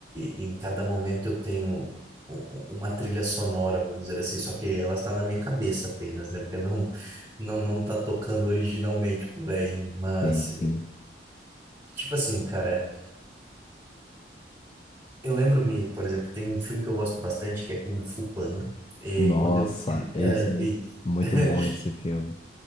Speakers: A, on the right (about 25°); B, on the left (about 30°).
A: em cada momento eu tenho u- u- uma trilha sonora, vamos dizer assim, só que ela está na minha cabeça apenas, né? Porque não não não tá tocando originalmente por aí, mas
B: Sim, sim.
A: eh, tipo assim, cara, eu lembro-me, por exemplo, tem um filme que eu gosto bastante que é Kung Fu Panda. E
B: Nossa,
A: quando eu,
B: esse
A: eh, e-
B: muito
A: <laughs>
B: bom esse filme.